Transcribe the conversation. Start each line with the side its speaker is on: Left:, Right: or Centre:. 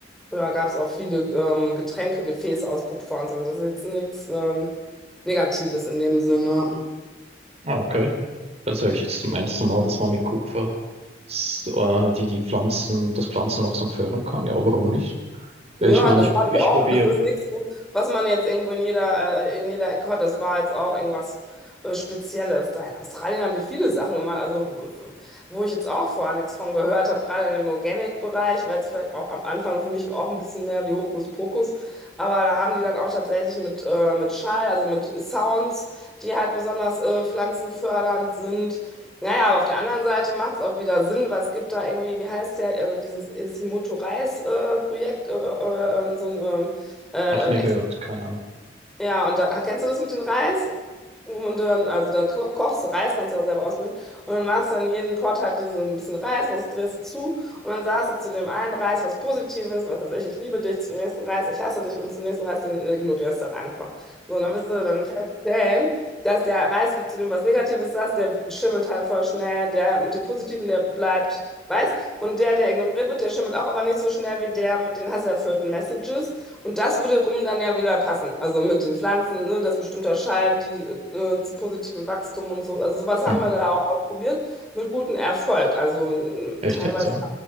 Centre: früher gab es auch viele ähm, Getränkegefäße aus Kupfer und so. Also, das ist jetzt nichts ähm, Negatives in dem Sinne.
Right: Ah, okay. Das höre ich jetzt zum ersten Mal, dass man mit Kupfer s- äh, die, die Pflanzen, das Pflanzenwachstum fördern kann. Ja, warum nicht? Ja,
Centre: Ja,
Right: Ich meine,
Centre: das
Right: ich,
Centre: fand
Right: ich
Centre: ich auch.
Right: probiere.
Centre: Das ist nichts, was man jetzt irgendwo in jeder, äh, in jeder Ecke hört. Das war jetzt auch irgendwas äh, Spezielles. Da in Australien haben die viele Sachen gemacht, also w- wo ich jetzt auch vorher nichts von gehört habe, gerade in dem Organic-Bereich, weil es vielleicht auch am Anfang für mich auch ein bisschen mehr wie Hokuspokus. Aber da haben die dann auch tatsächlich mit, äh, mit Schall, also mit Sounds, die halt besonders äh, pflanzenfördernd sind. Naja, aber auf der anderen Seite macht es auch wieder Sinn, was gibt da irgendwie, wie heißt der, äh, dieses Himoto-Reis-Projekt, äh, Projekt, äh, äh, äh, ähm, so ein ähm, äh,
Right: Ach, nie gehört,
Centre: äh,
Right: keine Ahnung.
Centre: ja, und da kennst du das mit dem Reis? Wo man dann, also da ko kochst du Reis, kannst du ja auch selber ausprobieren. Und dann machst du in jeden Pot halt diesen ein bisschen Reis, machst, drehst du zu und dann sagst du zu dem einen Reis was Positives, was weiß ich, ich liebe dich, zum nächsten Reis, ich hasse dich und zum nächsten Reis, den ignorierst du einfach. So, und dann wirst du dann feststellen, dass der Reis, wo zu dem was Negatives sagst, der schimmelt halt voll schnell, der mit dem Positiven, der bleibt weiß und der, der ignoriert wird, der schimmelt auch, aber nicht so schnell wie der mit den hasserfüllten Messages. Und das würde rum dann ja wieder passen. Also mit den Pflanzen, ne, dass bestimmter Schalt, die äh, zu positivem Wachstum und so. Also sowas haben
Right: Hm.
Centre: wir da auch ausprobiert mit gutem Erfolg. Also mm,
Right: Echt
Centre: teilweise,
Right: jetzt, ja?